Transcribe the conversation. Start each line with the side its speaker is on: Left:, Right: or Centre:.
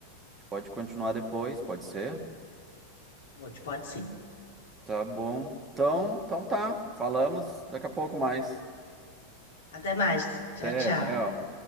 Right: gente pode continuar depois, pode ser?
Left: Pode, pode sim.
Right: Tá bom. Então, então tá. Falamos daqui a pouco mais.
Left: Até mais. Tchau,
Right: Até,
Left: tchau.
Right: tchau.